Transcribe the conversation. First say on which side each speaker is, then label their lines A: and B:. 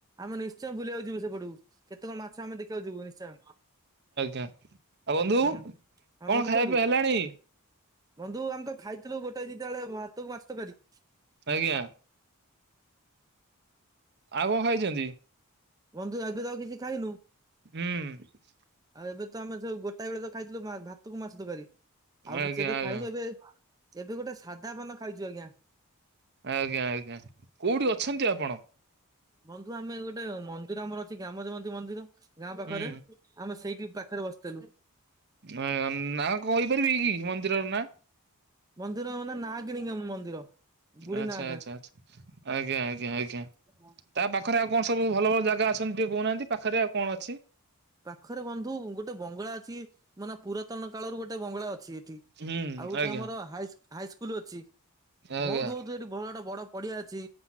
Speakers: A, on the right (about 15°); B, on the right (about 50°).
A: ଆମେ ନିଶ୍ଚୟ ବୁଲିବାକୁ ଯିବୁ ସେପଟକୁ। କେତେ କଣ ମାଛ ଆମେ ଦେଖିବାକୁ ଯିବୁ ନିଶ୍ଚୟ।
B: ଆ ଆଉ ବନ୍ଧୁ
A: ହଁ
B: କଣ
A: ବନ୍ଧୁ
B: ଖାଇବା
A: କୁହନ୍ତୁ
B: ପିଇବା ହେଲାଣି?
A: ବନ୍ଧୁ ଆମେ ତ ଖାଇଥିଲୁ ଗୋଟାଏ ଦିଟା ବେଳେ ଭାତକୁ ମାଛ ତକାରି।
B: ଆଜ୍ଞା ଆଉ କଣ ଖାଇଛନ୍ତି?
A: ବନ୍ଧୁ ଏବେ ତ ଆଉ କିଛି ଖାଇନୁ।
B: ହୁଁ।
A: ଆଉ ଏବେ ତ ଆମେ ସେ ଗୋଟାଏ ବେଳେ ତ ଖାଇଥିଲୁ ମା ଭାତକୁ ମାଛ ତକାରୀ। ଆଉ
B: ଆଜ୍ଞା
A: କିଛି ଏବେ
B: ଆଜ୍ଞା
A: ଖାଇନୁ ଏବେ ଏବେ ଗୋଟେ ସାଧା ପାନ ଖାଇଛୁ ଆଜ୍ଞା।
B: ଆଜ୍ଞା ଆଜ୍ଞା। କୋଉଠି ଅଛନ୍ତି ଆପଣ?
A: ବନ୍ଧୁ ଆମେ ଗୋଟେ ମନ୍ଦିର ଆମର ଅଛି ଗାମ ଦେବନ୍ତୀ ମନ୍ଦିର। ଗାଁ ପାଖରେ
B: ହୁଁ
A: ଆମେ ସେଇଠି ପାଖରେ ବସିଥିଲୁ।
B: ଉଁ ନା କହିପାରିବି କି ମନ୍ଦିରର ନାଁ?
A: ମନ୍ଦିର ମାନେ ଆମ ନା କିଣିକି ମନ୍ଦିର। ବୁଢୀ
B: ଆଚ୍ଛା,
A: ନାଁ
B: ଆଚ୍ଛା, ଆଛା। ଆଜ୍ଞା, ଆଜ୍ଞା, ଆଜ୍ଞା।
A: ହୁଁ।
B: ତା ପାଖରେ ଆଉ କଣ ସବୁ ଭଲ ଭଲ ଜାଗା ଅଛନ୍ତି ଟିକେ କହୁନାଆନ୍ତି? ପାଖରେ ଆଉ କଣ ଅଛି?
A: ପାଖରେ ବନ୍ଧୁ ଗୋଟେ ବଙ୍ଗଳା ଅଛି ମାନେ ପୁରାତନ କାଳରୁ ଗୋଟେ ବଙ୍ଗଳା ଅଛି ଏଠି।
B: ହୁଁ
A: ଆଉ ଗୋଟେ
B: ଆଜ୍ଞା
A: ଆମର ହାଇସ୍‌ ହାଇସ୍କୁଲ ଅଛି
B: ଆଜ୍ଞା
A: ଭୋଉତ୍ ଭୋଉତ୍ ସେଠି ବଣାଟା ବଡ଼ ପଡ଼ିଆ ଅଛି।